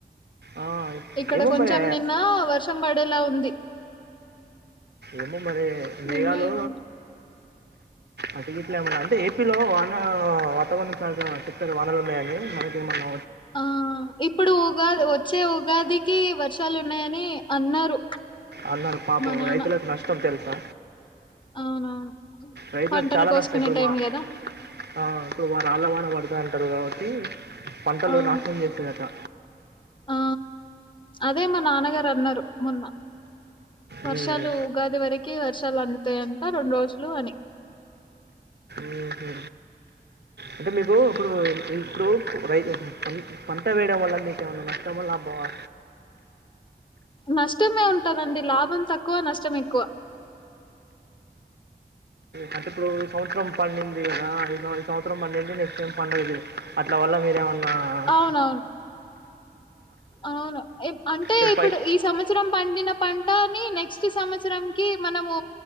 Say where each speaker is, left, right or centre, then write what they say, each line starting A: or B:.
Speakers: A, on the right (about 75°); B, on the left (about 30°).
A: ఆ,
B: ఇక్కడ
A: ఏమో
B: కొంచెం
A: మరి
B: నిన్న వర్షం బడే లా ఉంది
A: ఏమో మరి మేఘాలూ
B: నిన్న ఇవా
A: అటు గిట్లా ఏమన్నా అంటే ఏపీలో వాన వాతావరణ శాఖ చెప్తారు వానలు ఉన్నాయని మనకు ఏమన్నా
B: ఆ ఇప్పుడు ఉగాది వచ్చే ఉగాదికి వర్షాలు ఉన్నాయని అన్నారు
A: అన్నారు పాపం
B: మా నాన్న
A: రైతులకు నష్టం తెలుసా
B: అవునవును
A: రైతులకు
B: పంటలు
A: చాలా
B: కోసుకునే
A: నష్టం ఇప్పుడు
B: టైం
A: మా
B: కదా
A: ఆ ఇప్పుడు రాళ్ల వాన పడుతదంటారు కాబట్టి పంటలు
B: అవును
A: నాశనం చేస్తదట
B: ఆ అదే మా నాన్నగారు అన్నారు మొన్న వర్షాలు
A: ఉమ్,
B: ఉగాది వరకి వర్షాలు అందుతాయంట రెండు రోజులు అని
A: ఉమ్ హూ అంటే మీకు ఇప్పుడు ఇప్పుడు రైతు ప పంట వేయడం వల్ల మీకు ఏమైనా నష్టమా? లాభమా?
B: నష్టమే ఉంటదండి లాభం తక్కువ నష్టం ఎక్కువ
A: అంటే ఇప్పుడు ఈ సంవత్సరం పండింది గదా ఈ ఈ సంవత్సరం పండింది నెక్స్ట్ టైం పండదు అట్ల వల్ల మీరేమన్నా ఆ ఆ
B: అవునవును అవును అంటే
A: చెప్పాయి
B: ఇప్పుడు ఈ సంవత్సరం పండిన పంటని నెక్స్ట్ సంవత్సరంకి మనము